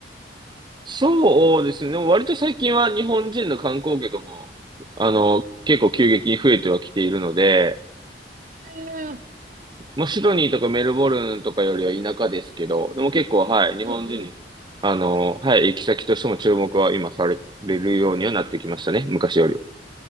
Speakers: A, on the right; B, on the right.
A: そうですね。でも割と最近は日本人の観光客も、あの、結構急激に増えてはきているので、
B: えー、
A: まあ、シドニーとかメルボルンとかよりは田舎ですけど、でも結構、はい、日本人に、
B: うんうん。
A: あの、はい、行き先としても注目は今されるようにはなってきましたね。昔よりは。